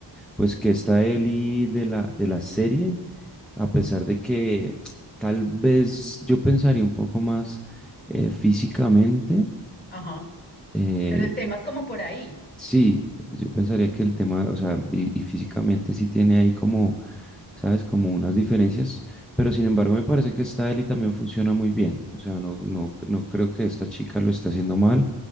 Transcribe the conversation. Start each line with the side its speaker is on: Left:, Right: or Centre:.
Centre: pues que esta Eli de la de la serie, a pesar de que <tsk> tal vez yo pensaría un poco más eh, físicamente,
Left: Ajá.
Centre: eh,
Left: Pero el tema es como por ahí.
Centre: Sí, yo pensaría que el tema, o sea, y, y físicamente sí tiene ahí como, ¿sabes? Como unas diferencias, pero sin embargo me parece que esta Eli también funciona muy bien, o sea, no, no, no creo que esta chica lo esté haciendo mal,